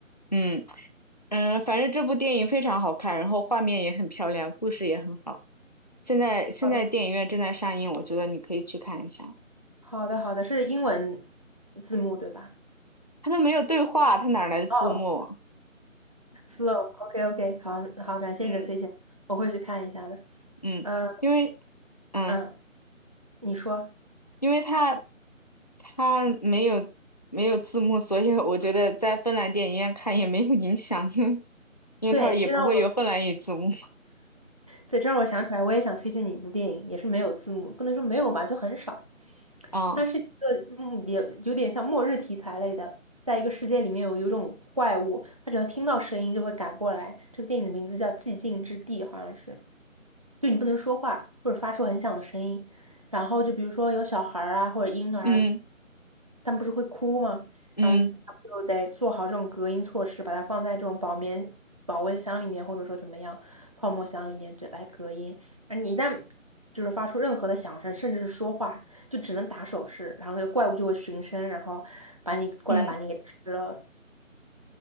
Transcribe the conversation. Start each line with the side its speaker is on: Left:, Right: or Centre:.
Left: 嗯嗯，反正这部电影非常好看，然后画面也很漂亮，故事也很好。现在现在电影院正在上映，
Right: 好的，
Left: 我觉得你可以去看一下。
Right: 好的，好的，是英文字幕对吧？
Left: 它都没有对话，它哪来的字幕啊？
Right: 哦，Flow，OK，OK，好好，感谢你的推荐，
Left: 嗯
Right: 我会去看一下的。
Left: 嗯，
Right: 嗯
Left: 因为嗯。
Right: 嗯，你说，
Left: 因为它它没有没有字幕，所以我觉得在芬兰电影院看也没有影响，因为因为它也不会有芬兰语字幕
Right: 对，这让我对，这让我想起来，我也想推荐你一部电影，也是没有字幕，不能说没有吧，就很少。
Left: 啊，
Right: 它是一个嗯，也有点像末日题材类的，在一个世界里面有有一种怪物，它只要听到声音就会赶过来。这个电影的名字叫《寂静之地》，好像是。就你不能说话或者发出很响的声音。然后就比如说有小孩儿啊或者婴儿，
Left: 嗯
Right: 他们不是会哭吗？
Left: 嗯
Right: 然后就得做好这种隔音措施，把它放在这种保棉保温箱里面，或者说怎么样泡沫箱里面，对，来隔音。而你一旦就是发出任何的响声，甚至是说话，就只能打手势，然后那个怪物就会循声，然后把你过来把你给吃了。
Left: 嗯，